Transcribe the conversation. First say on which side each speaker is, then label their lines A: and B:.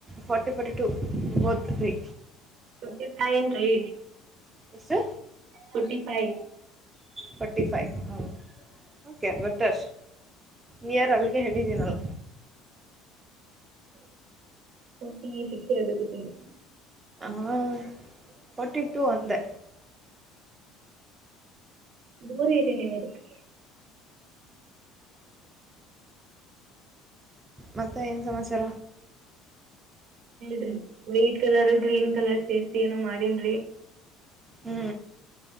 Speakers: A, on the right (about 25°); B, on the right (about 60°).
A: forty forty two both ಇದ್ವಿ
B: ಫಟಿ ಫೈ ಏನ್ ರಿ
A: ಎಷ್ಟು
B: ಫಟಿ ಫೈ
A: ಫರ್ಟಿ ಫೈವ್ ಹು ಓಕೆ ಬಟ್ಟು ನಿಯರ್ ಅಲ್ಲಿಗೆ ಹೇಳಿದ್ದೀನಲ್ಲ
B: ಗೆ ಶಿಕ್ಷೆ ಇರ್ಬೇಕಿ ನಿಮಗೆ
A: ಹಾ ಫರ್ಟಿ ಟೂ ಅಂದೆ
B: ದೂರ ಇರಿ ನೀವು ಅದಕ್ಕೆ
A: ಮತ್ತೆ ಏನು ಸಮಾಚಾರ
B: ಡ್ರಿ ವೈಟ್ ಕಲರ್ ಗ್ರೀನ್ ಕಲರ್ ಸೇರ್ಸಿ ಏನು ಮಾಡಿನ್ರಿ
A: ಹ್ಮೂ